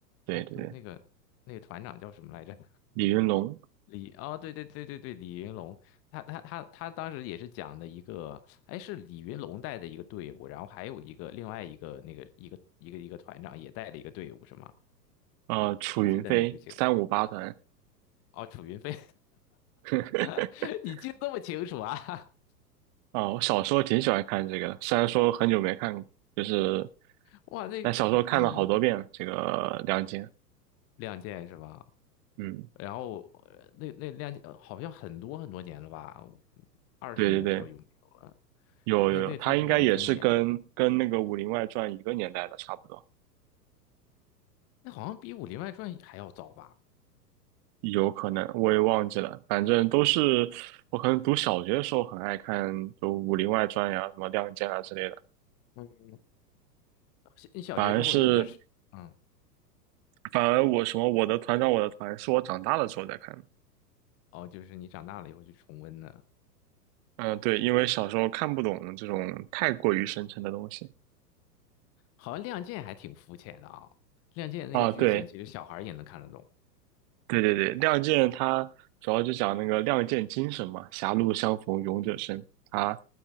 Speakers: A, on the right (about 30°); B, on the left (about 30°).
A: 对对对，
B: 哎，他那个那个团长叫什么来着？
A: 李云龙，
B: 李哦，对对对对对，李云龙，他他他他当时也是讲的一个，哎，是李云龙带的一个队伍，然后还有一个另外一个那个一个一个一个团长也带了一个队伍，是吗？
A: 啊，楚云飞，
B: 你记得那个剧情吗？
A: 三五八团。
B: 哦，楚云飞，
A: <laughs>
B: <laughs> 你记得这么清楚啊？<laughs>
A: 啊，我小时候挺喜欢看这个的，虽然说很久没看过，就是
B: 哇，那个，
A: 但小时候看了好多遍这个《呃亮剑》。
B: 嗯。亮剑是吧？
A: 嗯，
B: 然后呃那那亮剑呃好像很多很多年了吧，二十年不知道有没有了。
A: 对对对，有有有，
B: 那那确实蛮经典的，
A: 他应该也是跟跟那个《武林外传》一个年代的，差不多，
B: 那好像比《武林外传》还要早吧？
A: 有可能我也忘记了，反正都是我可能读小学的时候很爱看，就《武林外传》呀、什么《亮剑》啊之类的。
B: 嗯，小你小学之后你有在吃？
A: 反而是
B: 嗯，
A: 反而我什么我的团长我的团是我长大了之后再看的
B: 哦，就是你长大了以后去重温的，
A: 嗯，对，因为小时候看不懂这种太过于深沉的东西
B: 好像《亮剑》还挺肤浅的啊，《亮剑》那个剧情其实小孩儿也能看得懂。
A: 啊。对，对对对，《亮剑》它主要就讲那个亮剑精神嘛，狭路相逢勇者胜。它